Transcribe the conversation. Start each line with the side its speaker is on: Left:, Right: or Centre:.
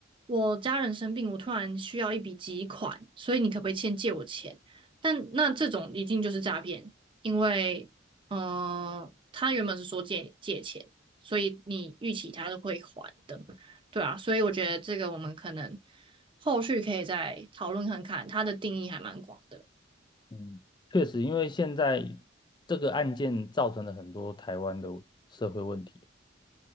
Right: 我家人生病，我突然需要一笔急款，所以你可不可以先借我钱？”但那这种一定就是诈骗，因为，呃，他原本是说借借钱，所以你预期他是会还的，对啊，所以我觉得这个我们可能后续可以再讨论看看，它的定义还蛮广的。
Left: 嗯，确实，因为现在这个案件造成了很多台湾的社会问题。